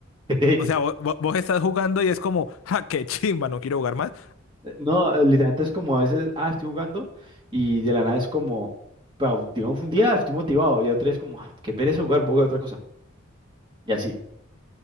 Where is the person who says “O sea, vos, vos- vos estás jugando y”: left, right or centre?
Left